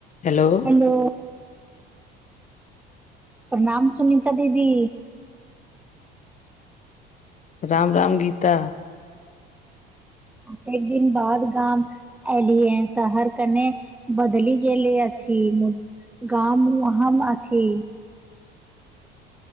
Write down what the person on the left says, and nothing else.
hello
राम राम गीता।